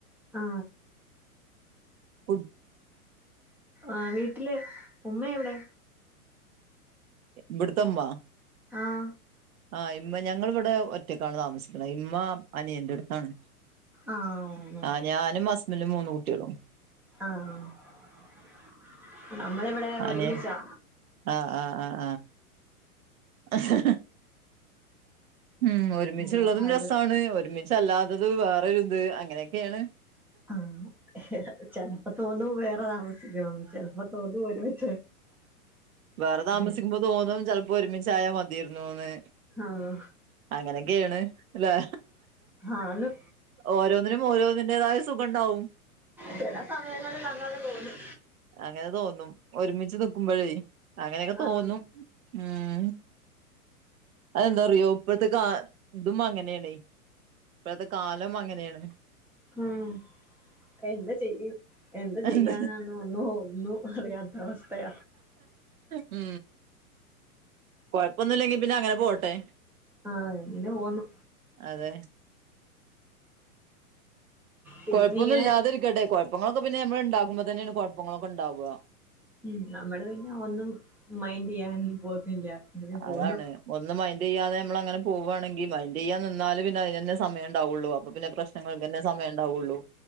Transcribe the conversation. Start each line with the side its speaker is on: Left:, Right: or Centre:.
Centre: ആ
Right: കു
Centre: ആഹ് വീട്ടില് ഉമ്മഎവിടെ?
Right: ഇവിടത്തെ ഉമ്മ
Centre: ആഹ്
Right: ആഹ് ഇമ്മ ഞങ്ങളിവിടെ ഒറ്റക്കാണ് താമസിക്കുന്നത് ഇമ്മ അനിയന്റെടുത്താണ്.
Centre: ആ ഉം.
Right: ആഹ് ഞാനും ഹുസ്ബൻഡും മൂന്ന് കുട്ടിയാളും.
Centre: ആഹ് നമ്മളിവിടെഒരുമിച്ചാ
Right: അനെ ആഹ്, ആഹ്, ആഹ്, ആഹ് ഹ്മ് ഒരുമിച്ച്ള്ളതും
Centre: അതെ അത്
Right: രെസാണ് ഒരുമിച്ചല്ലാത്തത് വേറൊരുഇത് അങ്ങനെയൊക്കെയേണ്.
Centre: ആഹ് ചെലപ്പോ തോന്നുംവേറെ താമസിക്കണം ചെലപ്പോതോന്നും ഒരുമിച്ച്
Right: വേറെതാമസിക്കുമ്പോ
Centre: ഉം.
Right: തോന്നും ചെൽപ്പോ ഒരുമിച്ചായാമതിയാര്ന്നൂന്ന്.
Centre: ആഹ്
Right: അങ്ങനെക്കെണ് ല്ലേ
Centre: ആന്ന്
Right: ഓരോന്നിനും ഓരോന്നിന്റേതായ സുഖണ്ടാവും.
Centre: ചെലെ സമയങ്ങളിൽഅങ്ങനെതോന്നു
Right: അങ്ങനെതോന്നും ഒരുമിച്ച് നിക്കുമ്പയേ അങ്ങനെയൊക്കെതോന്നും
Centre: ആഹ്
Right: ഉം. അതെന്താറിയോ ഇപ്പത്തെകാ ഇതും അങ്ങനെണേയ്. ഇപ്പഴത്തെ കാലംഅങ്ങനെയേണ്.
Centre: ഉം എന്ത്‌ചെയ്യും എന്താചെയ്യാനാണ്.
Right: എന്ത്
Centre: അന്ന് ഒന്നും അറിയാത്തഅവസ്ഥയ
Right: ഉം കൊയപ്പൊന്നുല്ലെങ്കി പിന്നെങ്ങനെ പോട്ടെ
Centre: ആഹ് അങ്ങനെപോവുന്നു.
Right: അതെ
Centre: പിന്നിങ്ങനെ
Right: കൊയപ്പൊന്നും ഇല്ലാതെരിക്കട്ടെ കൊയപ്പങ്ങള്ളൊക്കെ പിന്നെഞമ്മള് ഇണ്ടാക്കുമ്പോ തെന്നെണ് കുഴപ്പങ്ങളൊക്കെണ്ടാവ
Centre: ഉം നമ്മള്പിന്നെ ഒന്നുമൈൻന്റെയ്യാനും പോവുന്നില്ല അങ്ങനെപോവുന്നു.
Right: അതാണ് ഒന്ന് മൈന്റെയ്യതെ ഞമ്മൾ അങ്ങനെ പോകവാണെങ്കിൽ മൈന്റെയ്യാൻ നിന്നാല് പിന്നെ അയ്നെന്നേ സമയണ്ടാവൊള്ളൂ അപ്പപിന്നെ പ്രഷ് പ്രശ്നങ്ങൾക്കെന്നെ സമയണ്ടാവൊള്ളൂ.